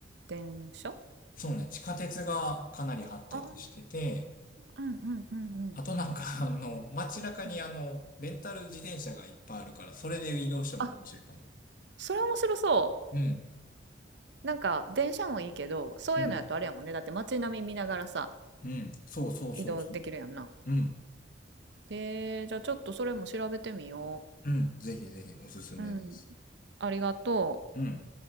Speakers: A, on the right; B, on the left.
A: 電車？
B: そうね、地下鉄がかなり発達してて、
A: あー、うんうんうんうん。
B: あとなんか、<laughs> あの、街中にあの、
A: うん。
B: レンタル自転車がいっぱいあるから、それで移動しても面白いかも。
A: あ、それ面白そ
B: うん、
A: う。なんか電車もいいけど、そういうのやとあれやもんね。
B: うん、
A: だって街並み見ながらさ。
B: うん、そうそうそうそう。
A: 移動できるやんな。
B: うん、
A: えー、じゃあちょっとそれも調べてみよ
B: うん、ぜひぜひおすすめです。
A: う。うん。ありがとう。
B: うん。